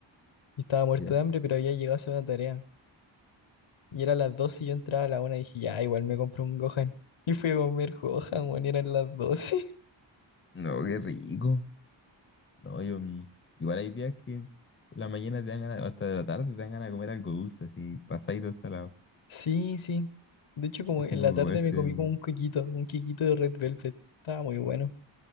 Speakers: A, on the left; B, on the left.
A: y estaba muerto
B: Ya.
A: de hambre, pero había llegado a hacer una tarea. Y era las 12 y yo entraba a la una y dije, ya, igual me compré un Gohan. Y fui a comer Gohan, bueno, eran las 12.
B: No, qué rico. No, yo, mm, igual hay días que en la mañana te dan ganas, hasta de la tarde te dan ganas de comer algo dulce, así, pasadito salado.
A: Sí, sí. De hecho, como
B: Así
A: en
B: como
A: la tarde
B: comerse
A: me comí como un quequito, un quequito de Red Velvet. Estaba muy bueno.